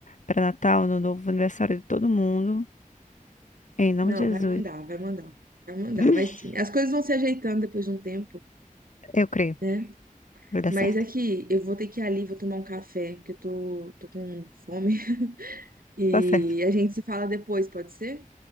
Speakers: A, on the left; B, on the right.
A: pra Natal, no novo aniversário de todo mundo. Em nome
B: não,
A: de Jesus.
B: vai mandar, vai mandar. Vai mandar,
A: <laughs>
B: vai sim. As coisas vão se ajeitando depois de um tempo,
A: Eu creio.
B: né?
A: Vai dar
B: Mas
A: certo.
B: aqui, eu vou ter que ir ali, vou tomar um café, que eu tô, tô com fome. <laughs> E
A: Tá certo.
B: a gente se fala depois, pode ser?